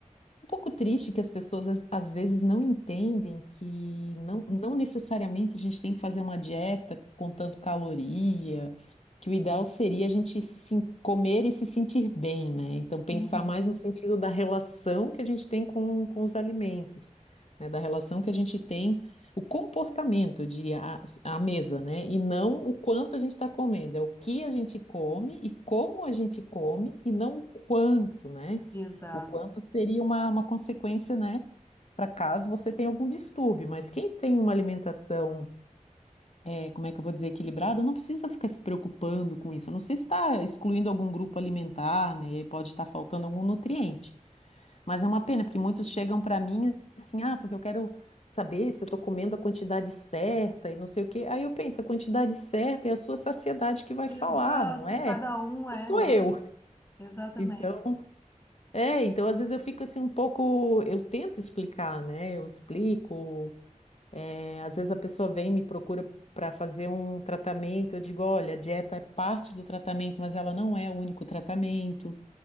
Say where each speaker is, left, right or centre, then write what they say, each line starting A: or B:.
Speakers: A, on the left (about 55°); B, on the left (about 20°).
A: um pouco triste que as pessoas às às vezes não entendem que não, não necessariamente a gente tem que fazer uma dieta contando caloria, que o ideal seria a gente se, sen- comer e se sentir bem, né? Então pensar
B: Uhum,
A: mais no sentido da relação que a gente tem com, com os alimentos, né? Da relação que a gente tem, o comportamento, eu diria, a, a mesa, né? E não o quanto a gente está comendo, é o que a gente come e como a gente come e não o quanto, né?
B: Exato.
A: O quanto seria uma, uma consequência, né, para caso você tenha algum distúrbio. Mas quem tem uma alimentação, é, como é que eu vou dizer, equilibrada, não precisa ficar se preocupando com isso. A não ser se está excluindo algum grupo alimentar, né, e aí pode estar faltando algum nutriente. Mas é uma pena, porque muitos chegam para mim assim, ah, porque eu quero saber se eu estou comendo a quantidade certa e não sei o quê. Aí eu penso, a quantidade certa é a sua saciedade que vai
B: Exato,
A: falar, não é?
B: cada um é,
A: Não sou
B: né?
A: eu.
B: Exatamente.
A: Então, é, então às vezes eu fico assim um pouco, eu tento explicar, né? Eu explico. eh, às vezes a pessoa vem e me procura para fazer um tratamento. Eu digo, olha, a dieta é parte do tratamento, mas ela não é o único tratamento.